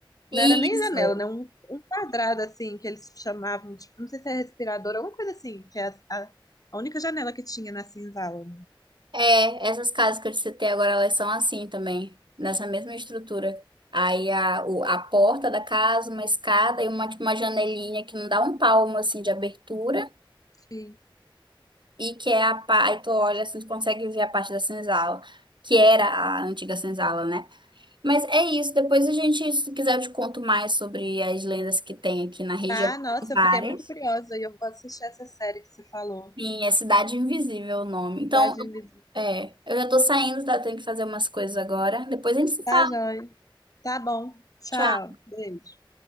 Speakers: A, on the right; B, on the left.
A: Isso.
B: não era nem janela, né? Um, um quadrado assim que eles chamavam, tipo, não sei se é respirador, alguma coisa assim, que é a, a, a única janela que tinha na senzala.
A: É, essas casas que eu te citei agora, elas são assim também, nessa mesma estrutura. Aí a, o- a porta da casa, uma escada e uma, tipo, uma janelinha que não dá um palmo assim de abertura.
B: Sim.
A: e que é a parte, tu olha assim, tu consegue ver a parte da senzala, que era a antiga senzala, né? Mas é isso, depois a gente, se tu quiser, eu te conto mais sobre as lendas que tem aqui na região,
B: Tá, nossa,
A: várias.
B: eu fiquei muito curiosa e eu vou assistir essa série que você falou.
A: Sim, é Cidade Invisível o nome. Então,
B: Cidade Invisível.
A: é, eu já tô saindo, tá? Tenho que fazer umas coisas agora. Depois a gente se
B: Tá,
A: fala.
B: joia. Tá bom. Tchau.
A: Tchau.
B: Beijo.